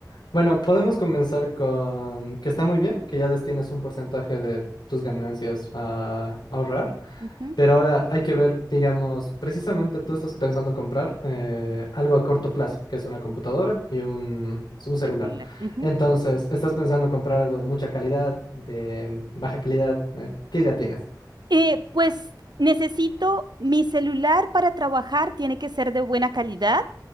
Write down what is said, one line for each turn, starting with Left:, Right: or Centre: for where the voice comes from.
Left: Bueno, podemos comenzar con que está muy bien que ya destines un porcentaje de tus ganancias a ahorrar,
Right: Ujú,
Left: pero ahora hay que ver, digamos, precisamente tú estás pensando comprar eh, algo a corto plazo, que es una computadora y un, un celular.
Right: Celular. ujú.
Left: Entonces, estás pensando comprar algo de mucha calidad, de baja calidad. eh, ¿qué idea tienes?
Right: Eh, pues necesito mi celular para trabajar, tiene que ser de buena calidad.